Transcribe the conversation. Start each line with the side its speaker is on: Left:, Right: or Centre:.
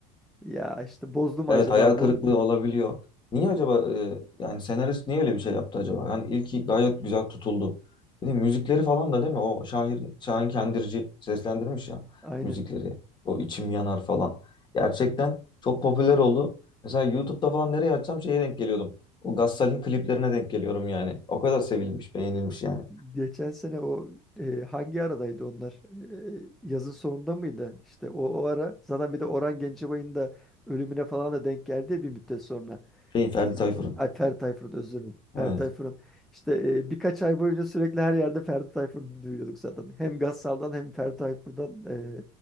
Centre: ya işte bozdu mu
Left: Evet
Centre: acaba
Left: hayal kırıklığı
Centre: bu?
Left: olabiliyor. Niye
Centre: <laughs>
Left: acaba e, yani senarist niye öyle bir şey yaptı acaba? Yani ilki gayet güzel tutuldu. Bir de müzikleri falan da değil mi? O Şahin, Şahin Kendirci seslendirmiş ya
Centre: Aynen.
Left: müzikleri. O içim yanar falan. Gerçekten çok popüler oldu. Mesela YouTube'da falan nereye açsam şeye denk geliyordum. O Gassal'in kliplerine denk geliyorum yani. O kadar sevilmiş, beğenilmiş yani.
Centre: Geçen sene o e, hangi aradaydı onlar? E, e, yazın sonunda mıydı? İşte o, o ara zaten bir de Orhan Gencebay'ın da ölümüne falan da denk geldi bir müddet sonra.
Left: Şeyin Ferdi
Centre: E,
Left: Tayfur'un.
Centre: Ay Ferdi Tayfur'un özür dilerim. Ferdi
Left: Evet.
Centre: Tayfur'un işte e, birkaç ay boyunca sürekli her yerde Ferdi Tayfur'u duyuyorduk zaten. Hem Gassal'dan hem Ferdi Tayfur'dan e,